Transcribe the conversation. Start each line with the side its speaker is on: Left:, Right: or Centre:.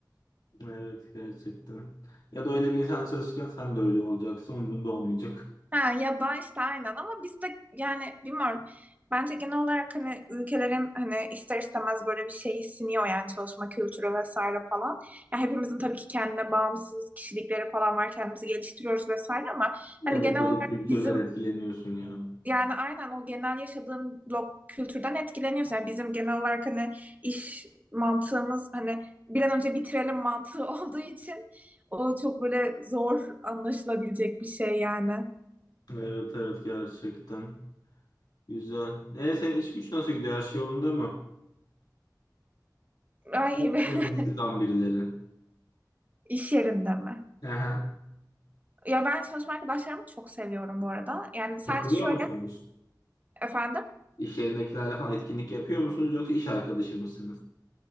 Left: Evet gerçekten. Ya da öyle bir insan çalışırken sen de öyle olacaksın. Umurunda olmayacak.
Right: Ha, ya da işte aynen ama biz de yani bilmiyorum. Bence genel olarak hani ülkelerin hani ister istemez böyle bir şeyi siniyor yani çalışma kültürü vesaire falan. Ya hepimizin tabii ki kendine bağımsız kişilikleri falan var. Kendimizi geliştiriyoruz vesaire ama hani
Left: Evet
Right: genel
Left: de
Right: olarak
Left: kültürler
Right: bizim
Left: etkileniyorsun ya.
Right: yani aynen o genel yaşadığın lo- kültürden etkileniyoruz. Yani bizim genel olarak hani iş mantığımız hani bir an önce bitirelim mantığı <laughs> olduğu için o çok böyle zor anlaşılabilecek bir şey yani.
Left: Evet evet gerçekten. Güzel. E senin iş güç nasıl gidiyor? Her şey yolunda mı?
Right: Ay
Left: Yok
Right: <laughs>
Left: Canını sıkan birileri.
Right: İş yerinde mi?
Left: Hı hı.
Right: Ya ben çalışma arkadaşlarımı çok seviyorum bu arada. Yani sadece
Left: Takılıyor
Right: şöyle
Left: musunuz?
Right: efendim
Left: İş yerindekilerle falan etkinlik yapıyor musunuz yoksa iş arkadaşı mısınız?